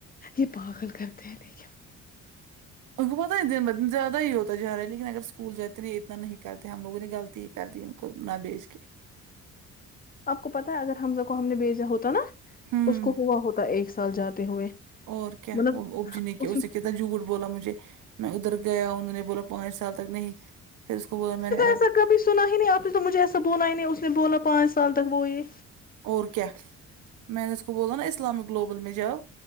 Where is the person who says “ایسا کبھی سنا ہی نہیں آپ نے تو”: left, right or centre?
Left